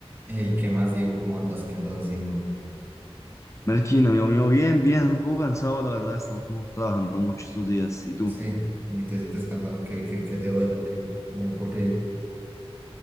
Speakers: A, on the right; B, on the left.
A: Hey, ¿qué más, Diego? ¿Cómo andas? ¿Qué andas haciendo?
B: Melkin, amigo mío, bien, bien, un poco cansado, la verdad, he estado como trabajando mucho estos días. ¿Y tú?
A: Sí, y te sientes cansado, ¿qué, qué, qué te duele? ¿O qué? ¿O porque